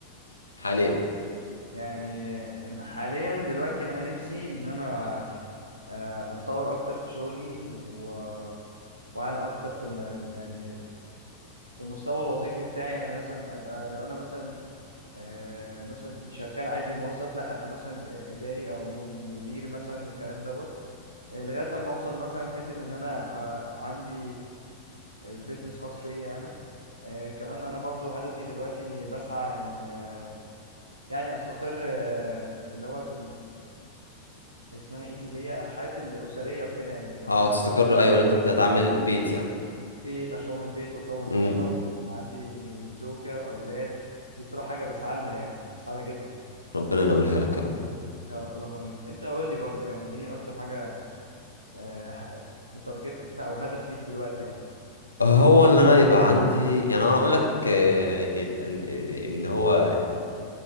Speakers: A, on the left; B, on the right.
A: حاليا
B: يعني حاليا دلوقتي انا نفسي ان انا آه، اتطور اكتر في شغلي و... واعلى اكتر في ال... يعني في المستوى الوظيفي بتاعي يعني مثلا ابقى لو انا مثلا آه، مثلا شغال عادي موظف لا ابقى مثلا آه، اداري او م- مدير مثلا والكلام دوت آه، لغايه لما اوصل مثلا حته ان انا ابقى عندي بيزنس خاص ليا انا آه كمان انا برضو هدفي دلوقتي اني بسعى ان آه يعني استقر آه في اللي هو في ال- اسمها ايه دي اللي هي حياتي الاسريه وكده يعني فاهم
A: اه
B: إن انا
A: تستقر
B: اخد خط-
A: ايوه ان انت تعمل بيت يعني
B: بيت اكون بيت واكون
A: امم
B: اسره وعندي زوجه واولاد دي بصراحه حاجه بسعى لها يعني بسعى لها جدا
A: ربنا ينولها لك يا رب
B: يا رب اللهم امين انت قول لي برضو يعني ايه اكتر حاجه آه ح- متارجتها او هدف ليك دلوقتي يعني
A: هو اللي انا يبقى عندي يعني انا اقول لك آه، ال- ال- اللي هو